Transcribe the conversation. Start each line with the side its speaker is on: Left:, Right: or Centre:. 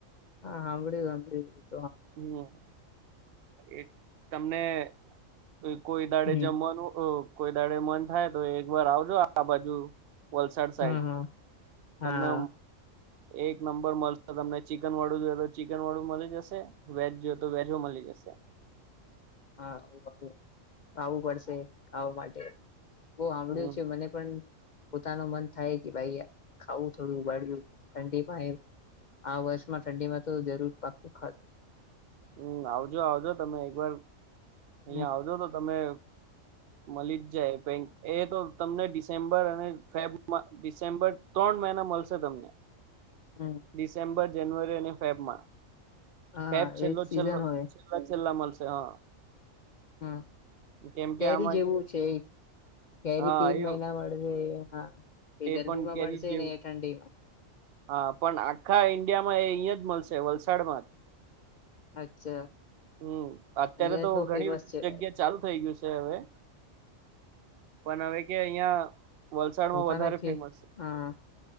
Left: હા, હાંભળ્યું હાંભળ્યું.
Right: હમ્મ, એક તમને કોઈ કોઈ દાડે
Left: હમ
Right: જમવાનું, અ કોઈ દાડે મન થાય તો એક વાર આવજો આ આ બાજુ વલસાડ સાઈડ,
Left: હા હા
Right: તમને
Left: હા
Right: એક નંબર મલશે તમને, ચિકન વાળું જોએ તો ચિકન વાળું મલી જશે. વેજ જોયે તો વેજ હો મલી જશે.
Left: હા, આવું આવું, આવું પડશે ખાવા માટે. બો હાંભળ્યું
Right: હમ
Left: છે, મને પન પોતાનું મન થાય કે ભાઈ, ખાવું થોડું ઉંબાડિયું ઠંડીમાં એમ. આ વર્ષમાં ઠંડીમાં તો જરૂર પાક્કું ખાધ
Right: હમ, આવજો આવજો તમે એક વાર. અહિયાં
Left: હમ
Right: આવજો તો તમે મલી જ જાય, પેઈ એ તો તમને ડિસેમ્બર અને ફેબ માં, ડિસેમ્બર તણ મહિના મલશે તમને.
Left: હમ.
Right: ડિસેમ્બર જાનુઆરી અને ફેબમાં.
Left: હા
Right: ફેબ છેલ્લો
Left: એજ સીઝન
Right: છેલ્લો
Left: હોય
Right: છેલ્લા છેલ્લા મલશે હા.
Left: હમ,
Right: કેમ
Left: કેરી
Right: કે આમાં
Left: જેવું
Right: કે
Left: છે ઈ? કેરી
Right: હા
Left: તીન
Right: એ
Left: મહિના મળશે હા. એ ગરમી
Right: પણ
Left: માં
Right: કેરી
Left: મળશે
Right: જેવું
Left: ને એ ઠંડીમાં.
Right: હા પણ આખા ઈન્ડિયામાં એ અહીયાં જ મળશે વલસાડમાં જ.
Left: અચ્છા <inaudible>
Right: હમ અત્યારે
Left: અહિયાં
Right: તો
Left: બઉ
Right: ઘણી
Left: ફેમસ છે ભાઈ
Right: જગ્યા. ચાલુ થઈ ગ્યું છે હવે, પણ હવે કે અહિયાં વલસાડમાં
Left: પોતાના
Right: વધારે
Left: ખે
Right: ફેમસ છે,
Left: હા